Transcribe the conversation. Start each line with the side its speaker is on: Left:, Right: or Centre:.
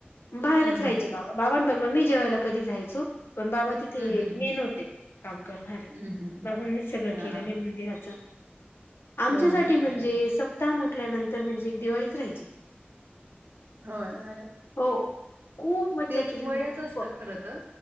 Left: बाहेरच
Right: हं,
Left: राहायची
Right: हं, हं.
Left: बाबा बाबांबरोबर मी जेवायला कधी जायच. अब पण बाबा तिथे
Right: हं, हं, हं.
Left: मेन होते काम करणारे.
Right: हं, हं, हं.
Left: बाबांनीच सगळं
Right: हां.
Left: केलेलं आहे मंदिराच आमच्यासाठी
Right: हो ना
Left: म्हणजे
Right: अरे वाह!
Left: स - सप्ता म्हटल्यानंतर म्हणजे एक दिवाळीत राहायची.
Right: हां हो ना रे
Left: हो खूप मज्जा
Right: ते एक
Left: केलेली
Right: वयच
Left: खूप
Right: असत खर तर.